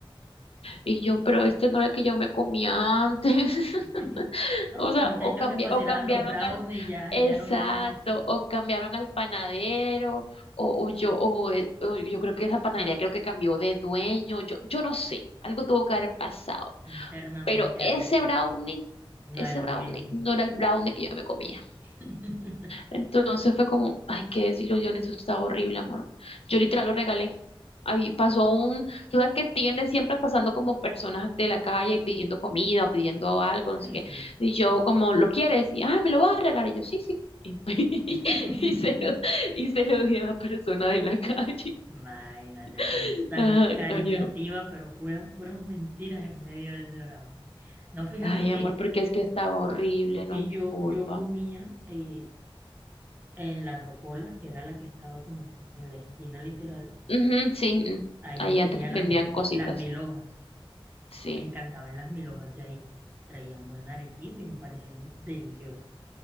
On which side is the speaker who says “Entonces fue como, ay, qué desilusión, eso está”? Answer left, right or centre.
Left